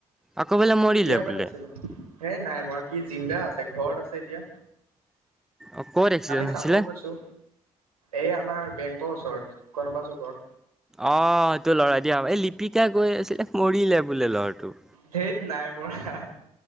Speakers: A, in the centre; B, on the right.
A: আকৌ বোলে মৰিলে
B: বিয়া
A: বোলে
B: পাতিছিলে। হে নাই মৰা সি জিন্দা আছে, ঘৰত আছে এতিয়া
A: অ' ক'ত এক্সিডেণ্ট
B: আমি চাবও
A: হৈছিলে?
B: গৈছো, এই আমাৰ বেংকৰ ওচৰত কনবা চুকৰ।
A: অ', এইটো ল'ৰাই দিয়া, এই লিপিকাই কয় আছিলে মৰিলে বোলে লৰাটো?
B: ধেৎ নাই মৰা।